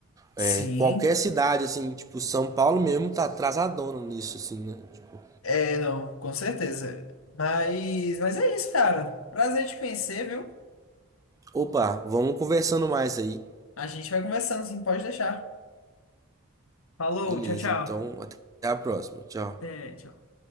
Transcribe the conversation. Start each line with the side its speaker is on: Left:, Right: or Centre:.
Right: é,
Left: Sim,
Right: qualquer cidade assim, tipo São Paulo mesmo tá atrasadona nisso assim, né? Tipo,
Left: é, não, com certeza. Mas, mas é isso, cara. Prazer te conhecer, viu?
Right: opa, vamos conversando mais aí.
Left: A gente vai conversando, sim, pode deixar. Falou,
Right: Beleza,
Left: tchau, tchau.
Right: então até a próxima. Tchau.
Left: Até tchau.